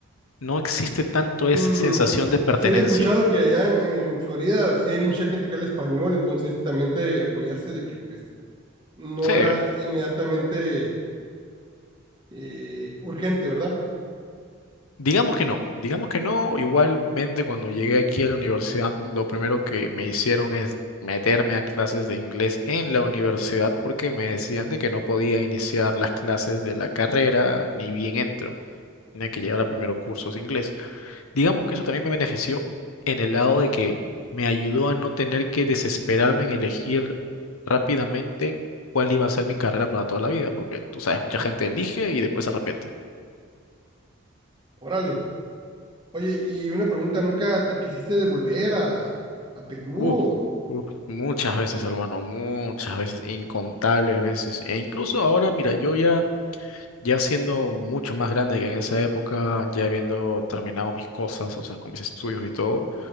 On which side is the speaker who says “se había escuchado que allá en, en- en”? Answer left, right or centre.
Right